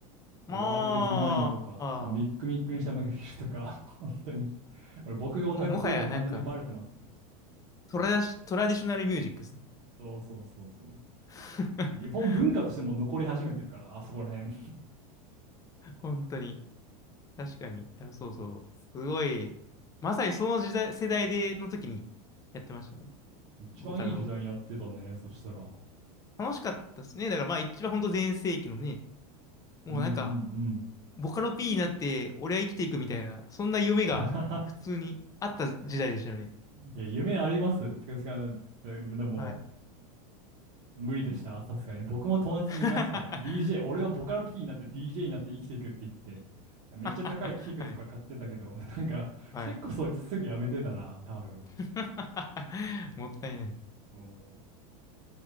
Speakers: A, on the left; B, on the right.
A: まあ、
B: ワールドイズマインとか、
A: あ
B: ミックミックにしたマイフィルとか、<laughs> 本当に。俺僕がオタクってこと完全にバレてますね。
A: ーもうもはやなんか、トラシ、トラディショナルミュージックですね。
B: そうそうそうそ
A: <laughs>
B: う。日本文化としても残り始めてるから、あそこら辺。
A: 本当に。確かに。いや、そうそう。すごい。まさにその時代、世代で、の時にやってましたね。
B: 一番いい時代にやってたね、
A: ボカロを。
B: そしたら。
A: 楽しかったですね。だからまあ一番本当全盛期のね、もうなんか、
B: うんうんうん。
A: ボカロ P になって俺は生きていくみたいな、そんな夢が普通にあった時代でしたよね。
B: <laughs> いや、夢あります。てか、てかででも、
A: はい。
B: 無理でした、さすがに。僕も友達に言いました。
A: <laughs> は
B: DJ、俺はボカロ P になって DJ になって生きていくって言って。めっちゃ高い器具とか買ってたけど、
A: い。
B: <laughs> なんか、
A: はい。
B: 結構そいつすぐやめてたな、多分。
A: <laughs> もったいない。
B: そうも